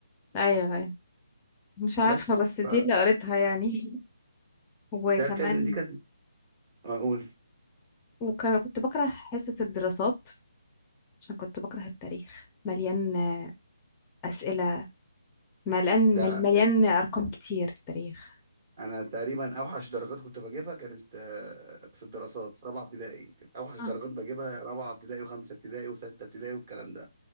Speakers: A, on the left (about 20°); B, on the right (about 35°).
A: ايوه ايوه مش عارفه
B: بس
A: بس
B: فده
A: دي اللي قريتها يعني <laughs> وكمان
B: كان دي كانت اقول
A: وكم- كنت بكره حصة الدراسات عشان كنت بكره التاريخ مليان أسئلة مليان
B: ده
A: مل- مليان أرقام كتير التاريخ
B: انا تقريبا اوحش درجات كنت بجيبها كانت آه، في الدراسات في رابعه ابتدائي كانت اوحش
A: آه.
B: درجات بجيبها رابعه ابتدائي وخمسه ابتدائي وسته ابتدائي والكلام ده